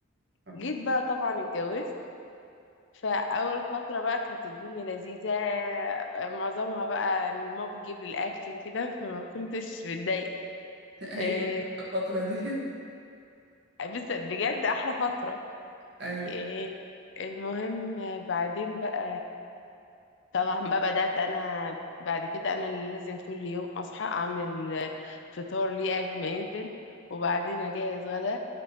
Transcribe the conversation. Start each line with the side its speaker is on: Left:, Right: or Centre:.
Right: آه.
Left: جيت بقى طبعا اتجوزت فأول فترة بقى كانت الدنيا لذيذة معظمها بقى إن ماما بتجيب لي الأكل كده فما كنتش متضايقة
Right: ايوه
Left: إيه،
Right: الفترة دي
Left: بس بجد أحلى فترة
Right: ايوه
Left: إيه، المهم بعدين بقى طبعا بقى بدأت أنا بعد كده أنا اللي لازم كل يوم أصحى أعمل فطار ليه قبل ما ينزل وبعدين أجهز غدا